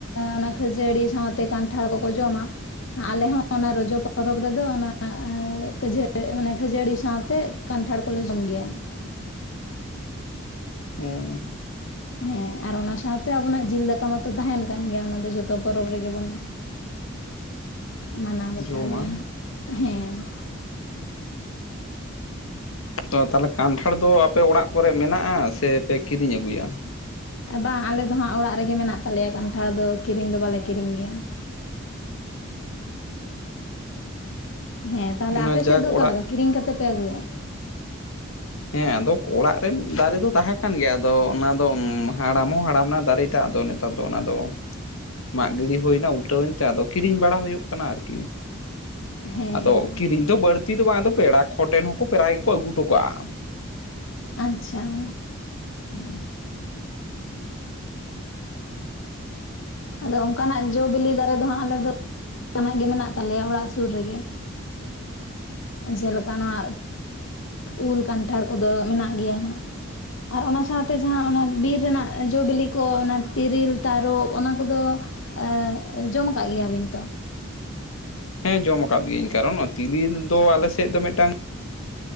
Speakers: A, on the left (about 65°); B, on the left (about 85°).
A: ᱚᱱᱟ ᱠᱷᱟᱹᱡᱟᱹᱲᱤ ᱥᱟᱶᱛᱮ ᱠᱟᱱᱴᱷᱟᱲ ᱠᱚᱠᱚ ᱡᱚᱢᱟ ᱟᱞᱮ ᱦᱚᱸ ᱚᱱᱟ ᱨᱚᱡᱚ ᱯᱚᱨᱚᱵᱽ ᱨᱮᱫᱚ ᱚᱱ ᱠᱷᱟᱹᱡᱟᱹ ᱢᱟᱱᱮ ᱠᱷᱟᱹᱡᱟᱹᱲᱤ ᱥᱟᱶᱛᱮ ᱠᱟᱱᱴᱷᱟᱲ ᱠᱚᱞᱮ ᱡᱚᱢ ᱜᱮᱭᱟ ᱾
B: ᱦᱩᱸ ᱾
A: ᱦᱮᱸ ᱟᱨ ᱚᱱᱟ ᱥᱟᱶᱛᱮ ᱟᱵᱚᱱᱟᱜ ᱡᱤᱞ ᱫᱟᱠᱟ ᱢᱟᱛᱚ ᱛᱟᱦᱮᱱ ᱠᱟᱱ ᱜᱮᱭᱟ ᱚᱱᱟ ᱫᱚ ᱡᱚᱛᱚ ᱯᱚᱨᱚᱵᱽ ᱨᱮᱜᱮ ᱵᱚᱱ ᱢᱟᱱᱟᱣ ᱵᱟᱛᱟᱣ
B: ᱡᱚᱢᱟ
A: ᱜᱮᱭᱟ ᱦᱟᱸᱜ ᱦᱮᱸ ᱾
B: ᱛᱚ ᱛᱟᱦᱚᱞᱮ ᱠᱟᱱᱴᱷᱟᱲ ᱫᱚ ᱟᱯᱮ ᱚᱲᱟᱜ ᱠᱚᱨᱮ ᱢᱮᱱᱟᱜᱼᱟ ᱥᱮ ᱯᱮ ᱠᱤᱨᱤᱧ ᱟᱹᱜᱩᱭᱟ?
A: ᱵᱟᱝ ᱟᱞᱮ ᱫᱚ ᱦᱟᱸᱜ ᱚᱲᱟᱜ ᱨᱮᱜᱮ ᱢᱮᱱᱟᱜ ᱛᱟᱞᱮᱭᱟ ᱠᱟᱱᱴᱷᱟᱲ ᱫᱚ, ᱠᱤᱨᱤᱧ ᱫᱚ ᱵᱟᱞᱮ ᱠᱤᱨᱤᱧ ᱜᱮᱭᱟ ᱾ ᱦᱮᱸ, ᱛᱟᱦᱞᱮ
B: ᱚᱱᱟ
A: ᱟᱯᱮ
B: ᱡᱟᱠ
A: ᱥᱮᱫ ᱫᱚ
B: ᱚᱲᱟᱜ
A: ᱚᱠᱟ ᱞᱮᱠᱟ ᱠᱤᱨᱤᱧ ᱠᱟᱛᱮ ᱯᱮ ᱟᱹᱜᱩᱭᱟ?
B: ᱦᱮᱸ ᱟᱫᱚ ᱚᱲᱟᱜ ᱨᱮ ᱫᱟᱨᱮ ᱫᱚ ᱛᱟᱦᱮᱸ ᱠᱟᱱ ᱜᱮᱭᱟ ᱟᱫᱚ ᱚᱱᱟ ᱫᱚ ᱦᱟᱲᱟᱢ ᱦᱚᱸ ᱦᱟᱲᱟᱢ ᱮᱱᱟ ᱫᱟᱨᱮ ᱴᱟᱜ ᱟᱫᱚ ᱱᱮᱛᱟᱨ ᱫᱚ ᱚᱱᱟ ᱫᱚ ᱢᱟᱜ ᱜᱤᱲᱤ ᱦᱩᱭᱱᱟ ᱩᱞᱴᱟᱹᱣᱮᱱ ᱛᱮ ᱟᱫᱚ ᱠᱤᱨᱤᱧ ᱵᱟᱲᱟ ᱦᱩᱭᱩᱜ ᱠᱟᱱᱟ ᱟᱨᱠᱤ ᱾
A: ᱦᱮᱸ
B: ᱟᱫᱚ ᱠᱤᱨᱤᱧ ᱫᱚ ᱵᱟᱹᱲᱛᱤ ᱫᱚ ᱵᱟᱝ ᱟᱫᱚ ᱯᱮᱲᱟ ᱠᱚ ᱴᱷᱮᱱ ᱦᱚᱸᱠᱚ ᱯᱮᱨᱟᱭ ᱜᱮᱠᱚ ᱟᱹᱜᱩ ᱦᱚᱴᱚ ᱠᱟᱜᱼᱟ ᱾
A: ᱟᱪᱪᱷᱟ ᱾
B: ᱦᱩᱸ ᱾
A: ᱟᱫᱚ ᱚᱱᱠᱟᱱᱟᱜ ᱡᱚ ᱵᱤᱞᱤ ᱫᱟᱨᱮ ᱫᱚ ᱦᱟᱸᱜ ᱟᱞᱮ ᱫᱚ ᱢᱮᱱᱟᱜ ᱜᱮ ᱢᱮᱱᱟᱜ ᱛᱟᱞᱮᱭᱟ ᱚᱲᱟᱜ ᱥᱩᱨ ᱨᱮᱜᱮ ᱾ ᱡᱮᱞᱮᱠᱟ ᱱᱚᱣᱟ ᱩᱞ ᱠᱟᱱᱴᱷᱟᱲ ᱠᱚᱫᱚ ᱢᱮᱱᱟᱜ ᱜᱮᱭᱟ ᱦᱟᱸᱜ ᱾ ᱟᱨ ᱚᱱᱟ ᱥᱟᱶᱛᱮ ᱡᱟᱦᱟᱸ ᱚᱱᱟ ᱵᱤᱨ ᱨᱮᱱᱟᱜ ᱡᱚ ᱵᱤᱞᱤ ᱠᱚ ᱚᱱᱟ ᱛᱤᱨᱤᱞ, ᱛᱟᱨᱚᱵ ᱚᱱᱟ ᱠᱚᱫᱚ ᱮᱸ ᱡᱚᱢ ᱟᱠᱟᱜ ᱜᱮᱭᱟᱵᱤᱱ ᱛᱚ?
B: ᱦᱮᱸ ᱡᱚᱢ ᱟᱠᱟᱫ ᱜᱤᱭᱟᱹᱧ, ᱠᱟᱨᱚᱱ ᱛᱤᱨᱤᱞ ᱫᱚ ᱟᱞᱮ ᱥᱮᱫ ᱫᱚ ᱢᱤᱫᱴᱟᱝ